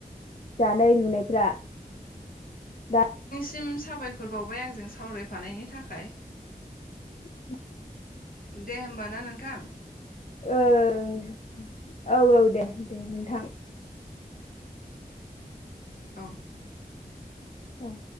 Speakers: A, on the left; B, on the left.
A: दानाय लुनायफ्रा दा
B: सिम साबायखर बावबाय आंजों सावरायफानायनि थाखाय
A: <inaudible>
B: दे होमबा ना नोंथां
A: ओं औ औ दे दे नोंथां
B: औ
A: औ